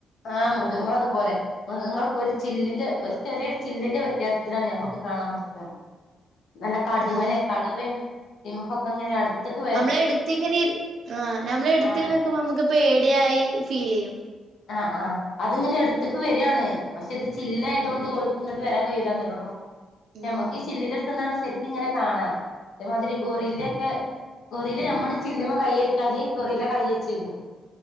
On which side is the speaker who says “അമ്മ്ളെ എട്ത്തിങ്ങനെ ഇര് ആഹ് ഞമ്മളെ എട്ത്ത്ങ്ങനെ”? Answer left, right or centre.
Right